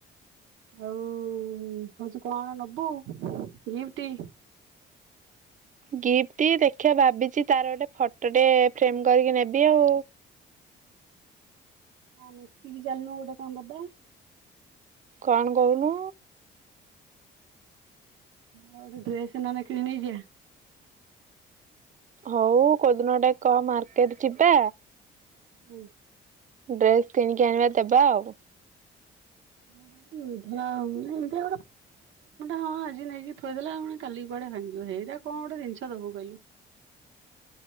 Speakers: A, on the right; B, on the right.
A: ହଉ ହଉଛି କଣ ନବୁ ଗିଫ୍ଟ?
B: ଗିଫ୍ଟ ଦେଖିବା ଭାବିଛି ତାର ଗୋଟେ ଫଟୋ ଟେ ଫ୍ରେମ କରିକି ନେବି ଆଉ।
A: ମିଶିକି ଚାଲିନୁ ଗୋଟେ କଣ ଦବା?
B: କଣ କହୁନୁ?
A: ଗୋଟେ ଡ୍ରେସ ନ ହେଲେ କିଣିକି ନେଇ ଯିବା।
B: ହଉ କୋଉଦିନ ଗୋଟେ କହ ମାର୍କେଟ ଯିବା?
A: ହୁଁ।
B: ଡ୍ରେସ କିଣିକି ଆଣିବା ଦେବା ଆଉ।
A: ହତି ହଁ ଆଜି ନେଇକି ଥୋଇଦେଲା କାଲି କୁଆଡେ ଭାଙ୍ଗିବ ସେଇଟା କଣ ଗୋଟେ ଜିନିଷ ଦବୁ କହିଲୁ।